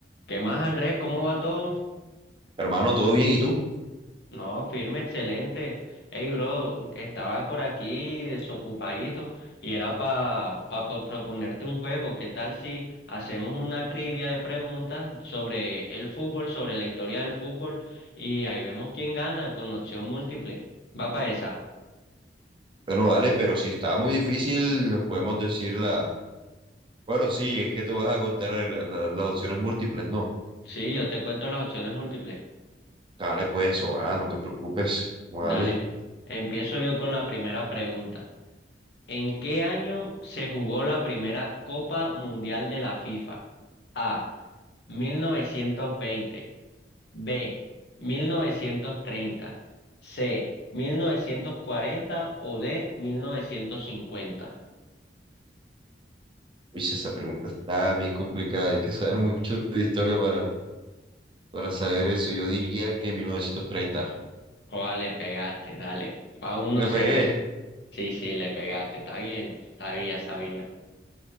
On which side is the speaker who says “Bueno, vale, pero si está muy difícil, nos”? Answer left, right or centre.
Right